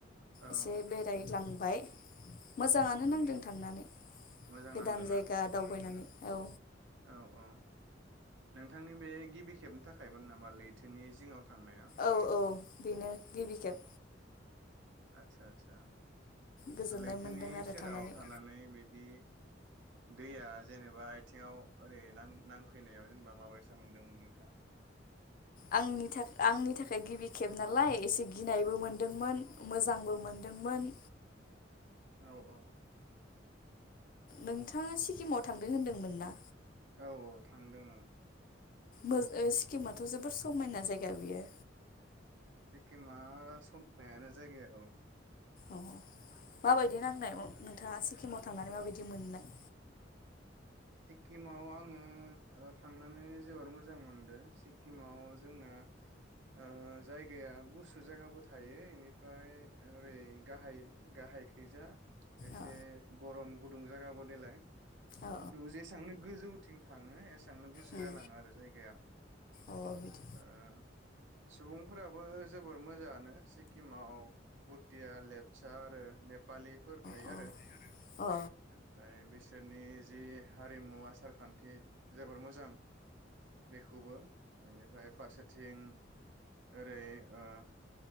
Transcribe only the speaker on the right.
अ औ
उम उम
मोजां
नांदोंना
औ औ नोंथांनि बे गिबि खेबनि थाखायमोन नामा लैथोनि जिङाव? थांनाया
आच्छा आच्छा
लैथोनि
सेराव
थानानै बिदि दैया जेनेबा आथिङाव ओरै नां-नांफैनायाव जेनेबा माबायसा मोनदोंमोन नोंथांआ?
औ औ
औ औ थांदों औ।
सिक्किमा समायनायानो जायगाया औ।
सिक्किमाव आङो ओ थांनानै जोबोर मोजां मोनदों सिक्किमाव जोंना ओ जायगाया गुसु जायगाबो थायो एनिफ्राय ओरै गाहाय गाहायखैजा एसे
गरम गु दुंजागाबो देलाय।
खिन्थु जेसांनो गोजौथिं थाङो ए सांनो गुसो
जालाङो आरो जायगाया।
ओ सुबुंफोराबो जोबोर मोजाङानो सिक्किमाव भुटिया लेपच आरो नेप फालिफोर थायो
आरो
ओमफ्राय बे <unintelligible> जि हारिमु आसारखान्थि जोबोर मोजा जां बेखौबो बेनिफ्राय फारसेथिं ओरै ओ